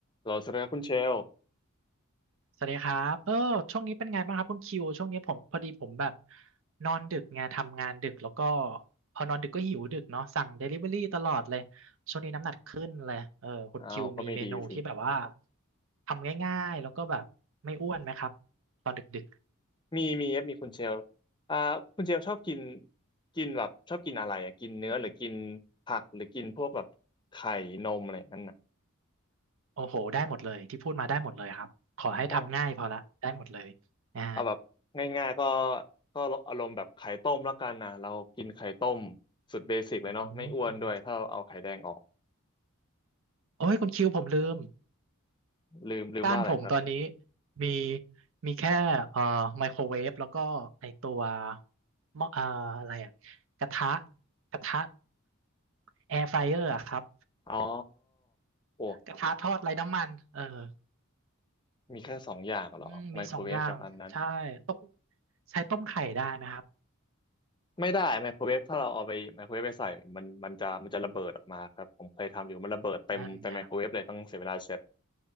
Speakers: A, on the left (about 20°); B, on the right (about 65°).
A: เราเสนอคุณเชล
B: สวัสดีครับเออช่วงนี้เป็นไงบ้างครับคุณคิวช่วงนี้ผมพอดีผมแบบนอนดึกไงทำงานดึกแล้วก็พอนอนดึกก็หิวดึกเนาะสั่งเดลิเวอรี่ตลอดเลยช่วงนี้น้ำหนักขึ้นเลยเออคุณคิวมีเมนูที่แบบว่า
A: อ้าว ก็ไม่ดีสิ
B: ทำง่ายๆแล้วก็แบบไม่อ้วนไหมครับตอนดึก
A: มี มีครับมีคุณเชลอ่าคุณเชลชอบกินกินแบบชอบกินอะไรอ่ะกินเนื้อหรือกินผักหรือกินพวกแบบไข่นมอะไรนั่นน่ะ
B: ๆโอ้โหได้หมดเลยที่พูดมาได้หมดเลยครับขอให้ทำง่ายพอละได้หมดเลยอ่า
A: แต่เอาแบบง่ายๆก็ก็อารมณ์แบบไข่ต้มแล้วกันนะเรากินไข่ต้มสุดเบสิกเลยเนาะไม่อ้วนด้วยถ้าเราเอาไข่แดงออก
B: อืมโอ้ยคุณคิวผมลืม
A: ลืมลืมว่าอะไรครับ
B: บ้านผมตอนนี้มีมีแค่เอ่อไมโครเวฟแล้วก็ไอตัวหม้อเอ่ออะไรอะกระทะกระทะแอร์ฟ y เออร์อะครับ
A: อ๋อโอ้
B: กระทะทอดไร้น้ำมันเออ
A: มีแค่สองอย่างเหรอไมโครเวฟกับอันนั้น
B: อืมมีสองอย่างใช่ต้มใช้ต้มไข่ได้ไหมครับ
A: ไม่ได้ไมโครเวฟถ้าเราเอาไปไมโครเวฟไปใส่เนี่ยมันมันจะมันจะระเบิดออกมาครับผมเคยทำอยู่มันระเบิดเต็มเต็มไมโครเวฟเลยต้องเสียเวลาเสร็จ
B: นั่นไง